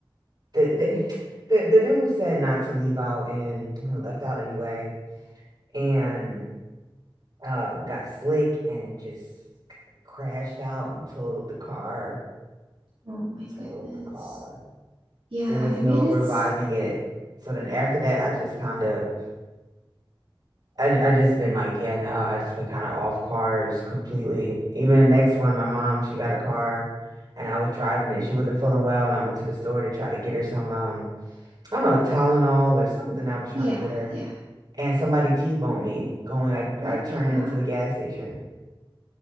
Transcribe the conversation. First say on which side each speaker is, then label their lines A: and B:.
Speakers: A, on the right; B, on the right.
A: the the <sighs> the, the dude said not to leave out and I left out anyway. And uh got slick and just crashed out and totaled the car.
B: Oh my
A: Totaled
B: goodness.
A: the car.
B: Yeah,
A: There was
B: I
A: no
B: mean
A: reviving
B: it's
A: it. So then after that I just kinda I I just been like, yeah, no, I just been kind of off cars completely. Even the next one, my mom, she got a car and I was driving it. She wasn't feeling well and I went to the store to try to get her some um I don't know, Tylenol or something I was trying
B: yeah,
A: to get her.
B: yeah.
A: And somebody T-boned me going like uh,
B: Oh
A: turning
B: my God.
A: into the gas station.